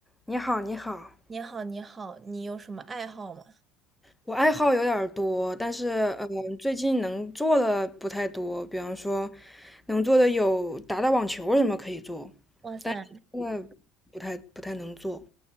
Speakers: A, in the centre; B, on the right.
A: 你好，你好，
B: 你好，你好，你有什么爱好吗？
A: 我爱好有点儿多，但是嗯，呃最近能做的不太多。比方说，能做的有打打网球什么可以做，
B: 哇塞，
A: 但是现在不太不太能做。